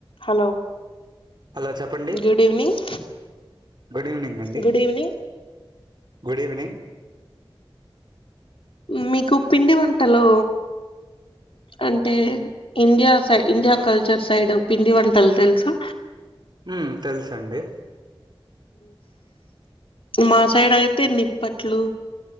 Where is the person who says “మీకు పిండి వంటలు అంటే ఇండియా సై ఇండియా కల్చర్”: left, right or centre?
Left